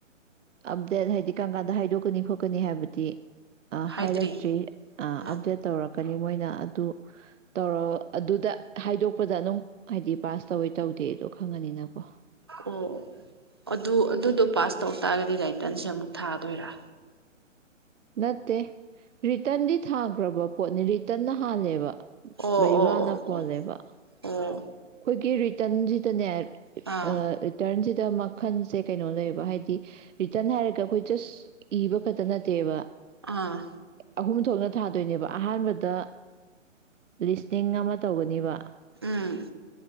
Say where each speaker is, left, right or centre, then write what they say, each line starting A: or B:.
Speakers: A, on the right; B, on the right.
A: ꯑꯞꯗꯦꯠ ꯍꯥꯏꯗꯤ ꯀꯔꯝ ꯀꯥꯟꯗ ꯍꯥꯏꯗꯣꯛꯀꯅꯤ ꯈꯣꯠꯀꯅꯤ ꯍꯥꯏꯕꯗꯤ
B: ꯍꯥꯏꯗ꯭ꯔꯤ
A: ꯍꯥꯏꯔꯛꯇ꯭ꯔꯤ
B: ꯑꯥ
A: ꯑꯞꯗꯦꯠ ꯇꯧꯔꯛ ꯂꯀꯅꯤ ꯃꯣꯏꯅ ꯑꯗꯨ ꯇꯧꯔ ꯑꯗꯨꯗ ꯍꯥꯏꯗꯣꯛꯄꯗ ꯑꯗꯨꯝ ꯍꯥꯏꯗꯤ ꯄꯥꯁ ꯇꯧꯋꯦ ꯇꯧꯗꯦꯗꯣ ꯈꯪꯉꯅꯤꯅꯀꯣ
B: ꯑꯣ ꯑꯗꯨ ꯑꯗꯨꯗꯣ ꯄꯥꯁ ꯇꯧ ꯇꯥꯔꯒꯗꯤ ꯔꯥꯏꯇꯔꯟꯁꯦ ꯑꯃꯨꯛ ꯊꯥꯗꯣꯏꯔꯥ
A: ꯅꯠꯇꯦ ꯔꯤꯇꯟꯗꯤ ꯊꯥꯈ꯭ꯔꯕ ꯄꯣꯠꯅꯤ ꯔꯤꯇꯟꯅ ꯍꯥꯜꯂꯦꯕ
B: ꯑꯣ
A: ꯕꯩꯕꯥꯅ
B: ꯑꯣ ꯑꯣ
A: ꯀꯣꯜꯂꯦꯕ
B: ꯑꯣ ꯑꯣ
A: ꯑꯩꯈꯣꯏꯒꯤ ꯇꯟꯖ ꯇꯅ ꯍꯥꯏ
B: ꯑꯥ
A: ꯑ ꯔꯤꯇꯔꯟꯁꯤꯗ ꯃꯈꯟꯁꯦ ꯀꯩꯅꯣ ꯂꯩꯕ ꯍꯥꯏꯗꯤ ꯔꯤꯇꯟ ꯍꯥꯏꯔꯒ ꯑꯩꯈꯣꯏ ꯁ ꯏꯕ ꯈ ꯗꯦꯕꯥ
B: ꯑꯥ
A: ꯑꯍꯨꯝ ꯊꯣꯛꯅ ꯊꯥꯗꯣꯏꯅꯦꯕ ꯑꯍꯥꯟꯕꯗ ꯂꯤꯁꯅꯤꯡ ꯑꯃ ꯇꯧꯒꯅꯦꯕ
B: ꯎꯝ